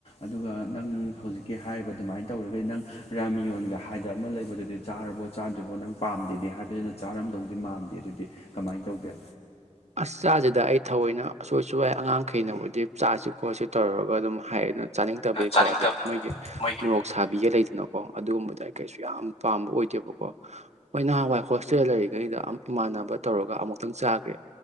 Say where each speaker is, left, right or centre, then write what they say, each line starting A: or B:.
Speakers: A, on the left; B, on the right.
A: ꯑꯗꯨꯒ ꯅꯪ ꯍꯧꯖꯤꯛꯀꯤ ꯍꯥꯏꯔꯤꯕ ꯑꯗꯨꯃꯥꯏꯅ ꯇꯧꯔꯒꯗꯤ ꯅꯪ ꯔꯥꯃꯤꯌꯣꯟꯒ ꯍꯥꯏꯗ ꯑꯃ ꯂꯩꯕꯗꯨꯗꯤ ꯆꯥꯔꯕ ꯆꯥꯗ꯭ꯔꯤꯕꯣ ꯅꯪ ꯄꯥꯝꯗꯦꯗꯤ ꯍꯥꯏꯕꯗꯨꯅ ꯆꯥꯔꯝꯗꯧꯗꯤ ꯃꯥꯟꯗꯦ ꯑꯗꯨꯗꯤ ꯀꯃꯥꯏꯅ ꯇꯧꯒꯦ
B: ꯑꯁ ꯆꯥꯁꯤꯗ ꯑꯩ ꯊꯑꯣꯏꯅ ꯑꯁꯨꯣꯏ ꯑꯁꯨꯣꯏꯩ ꯑꯉꯥꯡ ꯀꯩꯅꯕꯨꯗꯤ ꯆꯥꯁꯨ ꯈꯣꯠꯁꯨ ꯇꯧꯔꯒ ꯑꯗꯨꯝ ꯍꯥꯏ ꯑꯗꯨ ꯆꯥꯅꯤꯡꯗꯕꯒꯤꯀꯣ
A: ꯆꯥꯅꯤꯡꯗꯕ
B: ꯑꯗꯩ ꯃꯣꯏꯒꯤ
A: ꯃꯣꯏ
B: ꯃꯣꯔꯣꯛ ꯁꯥꯕꯤꯒ ꯂꯩꯗꯅꯀꯣ ꯑꯗꯨꯒꯨꯝꯕꯗ ꯑꯩ ꯀꯩꯁꯨ ꯌꯥꯝ ꯄꯥꯝꯕ ꯑꯣꯏꯗꯦꯕꯀꯣ ꯍꯣꯏ ꯅꯍꯥꯟꯋꯥꯏ ꯍꯣꯁꯇꯦꯜ ꯂꯩꯔꯤꯈꯩꯗ ꯏꯃꯥꯟꯅꯕ ꯇꯧꯔꯒ ꯑꯃꯨꯛꯇꯪ ꯆꯥꯒ꯭ꯔꯦ